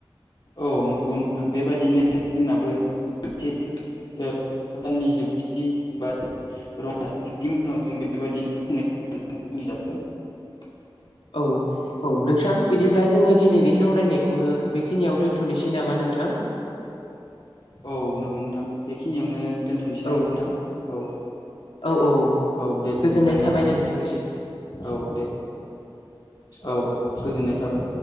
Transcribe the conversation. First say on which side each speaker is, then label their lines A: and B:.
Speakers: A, on the left; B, on the left.
A: औ नंगौ नोंथां बेबायदिनो जोंनाबो सेथि ओ दाननि जोबथि बा रंजाखांनायनि उनाव जों बेबादिनो बुंनाय <unintelligible>
B: औ औ नोंथां बिदिब्ला जोङो दिनै बे सावरायनायखौनो बेखिनियाव दोन्थ'नोसै नामा नोंथां
A: औ नंगौ नोंथां बेखिनियावनो दोनथ'नोसै नामा
B: औ
A: नोंथां औ
B: औ औ
A: औ दे बिदिब्ला
B: गोजोननाय
A: नोंथां
B: थाबाय नोंथांनिसिम
A: औ दे औ औ गोजोननाय थाबाय।